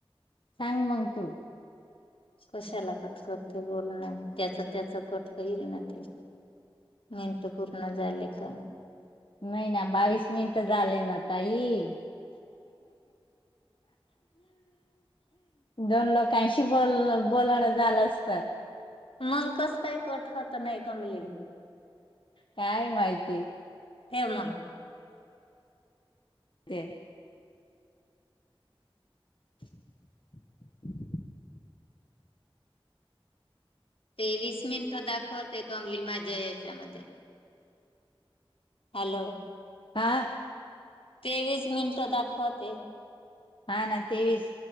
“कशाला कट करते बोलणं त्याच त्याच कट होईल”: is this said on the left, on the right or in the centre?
Left